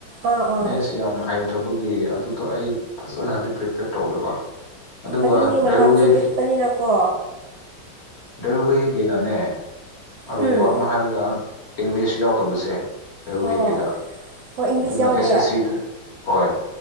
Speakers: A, on the right; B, on the left.
A: ꯑꯥ ꯑꯥ
B: ꯃꯦꯠꯁ ꯌꯥꯝ ꯍꯩ ꯖꯒꯤ ꯑꯗꯨꯗꯣ ꯑꯩ ꯐꯖꯅ ꯍꯥꯟꯗꯤ ꯄ꯭ꯔꯤꯄꯦꯌꯔ ꯇꯧꯗꯕ ꯑꯗꯨꯒ
A: ꯑꯗꯨꯅꯤ ꯃꯇꯝꯁꯨ
B: ꯔꯦꯜꯋꯦꯒꯤ
A: ꯂꯤꯛꯄꯅꯤꯅꯀꯣ
B: ꯗꯔꯋꯦꯒꯤꯅꯅꯦ ꯑꯔꯨꯕ
A: ꯎꯝ
B: ꯑꯃ ꯍꯥꯏꯔꯒ ꯏꯪꯂꯤꯁ ꯌꯥꯎꯗꯕꯁꯦ ꯔꯋꯦ
A: ꯑꯣ
B: ꯀꯗ
A: ꯑꯣ ꯏꯪꯂꯤꯁ
B: ꯑꯗꯨꯅ
A: ꯌꯥꯎꯗꯦ
B: ꯑꯦꯁ ꯑꯦꯁ ꯁꯤꯗ ꯍꯣꯏ